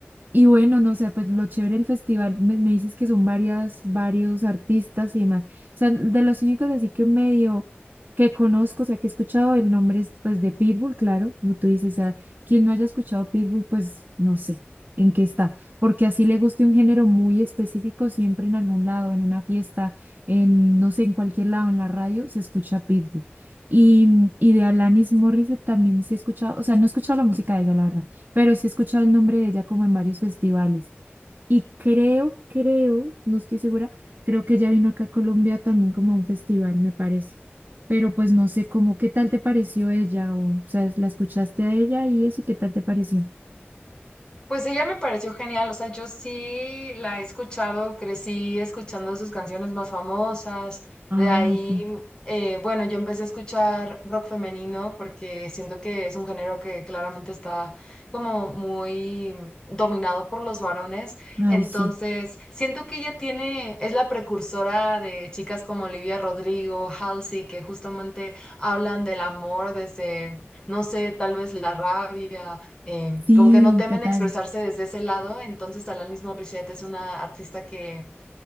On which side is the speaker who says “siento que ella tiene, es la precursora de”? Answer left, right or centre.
Left